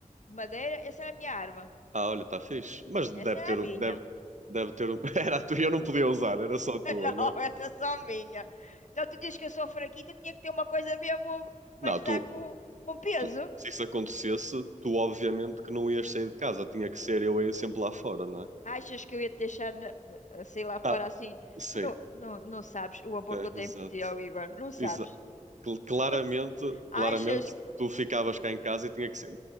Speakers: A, on the left; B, on the right.
A: de madeira. Essa era a minha arma.
B: Ah, olha, está fixe. Mas
A: Essa
B: deve
A: era
B: ter,
A: a minha.
B: o- deve, deve ter. o- <laughs> Era a tua, eu não podia usar, era só a tua,
A: <laughs> Não,
B: não é?
A: essa é só minha. Então tu dizes que eu sou fraquita, tinha que ter uma coisa mesmo
B: Não,
A: para lhes
B: tu,
A: dar com, com peso.
B: tu, se isso acontecesse, tu obviamente que não ias sair de casa, tinha que ser eu a ir sempre lá fora, não é?
A: Achas que eu ia te deixar, na, na- sei lá fora
B: Ah,
A: assim?
B: sim.
A: Tu não, não, não sabes o amor
B: É,
A: que eu tenho
B: exato.
A: por ti, ó, Igor. Não sabes.
B: Exa- cl- Claramente,
A: <laughs> Não sa- Achas
B: claramente, tu ficavas cá em casa e tinha que ser.